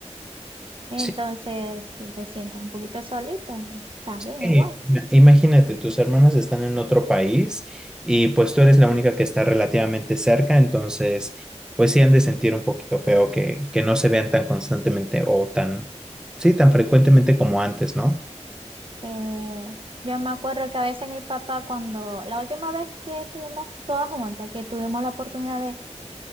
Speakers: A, on the right; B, in the centre.
A: Entonces,
B: Sí,
A: si se sienten un poquito solitos, ¿no? también
B: Eh,
A: igual.
B: ima- Imagínate, tus hermanas están en otro país y pues tú eres la única que está relativamente cerca, entonces pues sí han de sentir un poquito feo que, que no se vean tan constantemente o tan, sí, tan frecuentemente como antes, ¿no?
A: Eh, yo me acuerdo que a veces mi papá, cuando la última vez que estuvimos todas juntas, que tuvimos la oportunidad de,